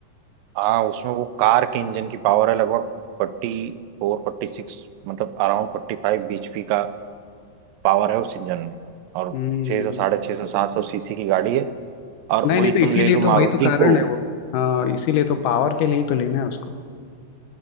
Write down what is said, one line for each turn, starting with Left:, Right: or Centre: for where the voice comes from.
Right: हाँ उसमें वो कार के इंजन की पावर है लगभग फोर्टी फोर फोर्टी सिक्स मतलब अराउंड फोर्टी फाइव बीएचपी का पावर है उस इंजन में और
Left: हम्म
Right: छह सौ साढ़े छह सौ सात सौ सीसी की गाड़ी है और
Left: नहीं
Right: वही
Left: नहीं तो
Right: तुम
Left: इसीलिए
Right: ले लो मारुति
Left: तो वही तो कारण
Right: को
Left: है वो हाँ इसीलिए तो पावर के लिए ही तो लेना है उसको